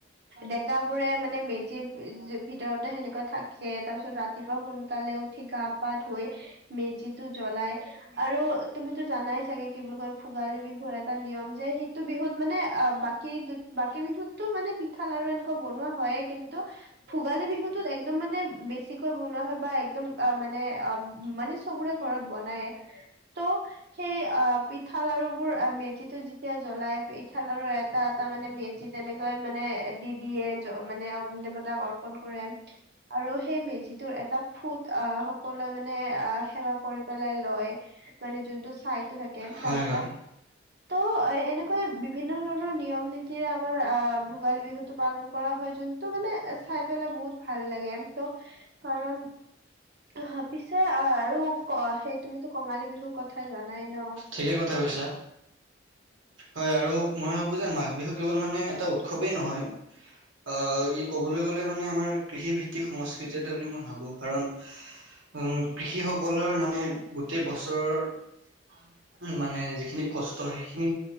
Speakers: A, on the right (about 60°); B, on the right (about 80°).
A: ডেক বোৰে মানে মেজিৰ উ ভিতৰতে সেনেককা থাকে তাৰ পিছত ৰাতিপুৱা সোনকালে উঠি গা পা ধুই মেজিতটো জ্বলাই। আৰু তুমিতো জানাই চাগে কি বুলি কয় ভোগালী বিহুৰ এটা নিয়ম যে, টো বিহুত মানে অ বাকী? বাকী বিহুতো মানে পিঠা লাৰু এনেকোৱা বনোৱা হয়ে কিন্তু ভোগালী বিহুটোত একদম মানে বে ছিকৈ বনোৱা হয় বা একদম অ মানে অ মানে চক বোৰে ঘৰত বনায় ত সেই আ পিঠা লাৰুবোৰ আ মেজিটো এতিয়া জ্বলাই ইঠাল আৰু এটা এটা মানে মেজি তেনেকে কি কয় মানে এটি দিয়ে মানে অগ্নি দেৱতাক অৰ্পন কৰে আৰু সেই মেজিটোৰ এটা ফুট আহ সকলোৱে মানে আহ সেৱা কৰি পেলাই লয় মানে যোনটো চাইতো থাকে
B: হয়
A: তাৰ পৰা
B: হয়
A: ত অ এনেকৈ বিভিন্ন ধৰণৰ নিয়ম নীতিৰে আমাৰ আহ ভোগালী বিহুটো পালন কৰা হয় যোন ত মানে চাই পেলাই বহুত ভাল লাগে ত কাৰণ অ পিছে আৰু অ সেই তুমিতো কঙালী বিহুৰ কথা জানাই ন
B: ঠিকেই কথা কৈছা হয় আৰু মই ভাবো যে মাঘ বিহু কেৱল মানে এটা উৎসৱেই নহয় অ ই ক'বলৈ গ'লে মানে আমাৰ কৃষিভিত্তিক সংস্কৃতি এটা বুলি মই ভাবো কাৰণ
A: <inaudible>
B: উম কৃষি সকলৰ মানে গোটেই বছৰৰ উ মানে যিখিনি কষ্ট সেইখিনি